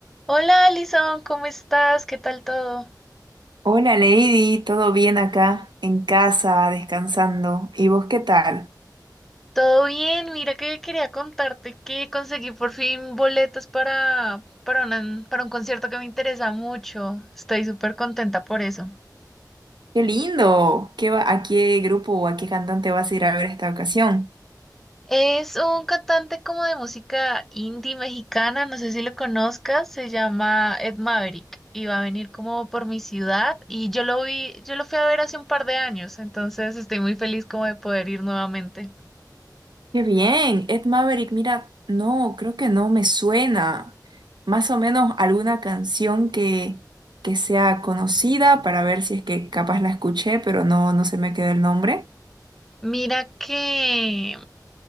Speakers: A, in the centre; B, on the right (about 85°).
A: Hola Alison, ¿cómo estás? ¿Qué tal todo?
B: Hola Lady, ¿todo bien acá en casa, descansando? ¿Y vos qué tal?
A: Todo bien, mira que quería contarte que conseguí por fin boletos para, para, una- para un concierto que me interesa mucho. Estoy súper contenta por eso.
B: ¡Qué lindo! ¿Qué va, a qué grupo o a qué cantante vas a ir a ver esta ocasión?
A: Es un cantante como de música indie mexicana, no sé si lo conozcas, se llama Ed Maverick y va a venir como por mi ciudad y yo lo vi, yo lo fui a ver hace un par de años, entonces estoy muy feliz como de poder ir nuevamente.
B: ¡Qué bien! Ed Maverick, mira, no, creo que no me suena. Más o menos alguna canción que, que sea conocida para ver si es que capaz la escuché, pero no, no se me quedó el nombre.
A: Mira que